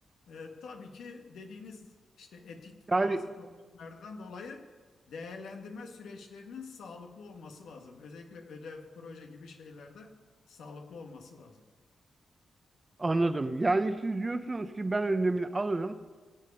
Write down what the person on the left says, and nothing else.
Ee, tabii ki dediğiniz işte etik
bazı problemlerden dolayı değerlendirme süreçlerinin sağlıklı olması lazım. Özellikle ödev, proje gibi şeylerde sağlıklı olması lazım.